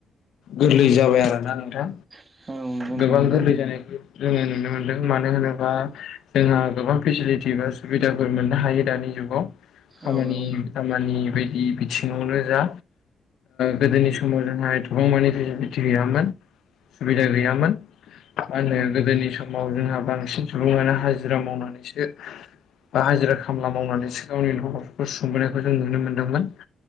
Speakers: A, on the left (about 75°); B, on the right (about 25°).
A: गोरलै जाबाय आरोना नोंथां
B: औ नंगौ
A: गोबां
B: नोंथां नंगौ
A: गोरलै जानायखौ जोङो नुनो मोनदों मानो होनोब्ला जोंहा गोबां फेसिलिटि बा सुबिदाफोर मोननो हायो दानि जुगाव खामानि
B: औ नंगौ
A: दामानि बायदि बिथिङावनो जा गोदोनि समाव जोंहा गोबां मानिे बिटि गैयामोन सुबिदा गैयामोन। मा होनो
B: नोंथां
A: गोदोनि समाव जोंहा बांसिन सुबुङानो हाजिरा मावनानैसो बाहाय हाजिरा खामला मावनानैसो गावनि न'खरफोरखौ खोंबोनायखौ जों नुनो मोनदोंमोन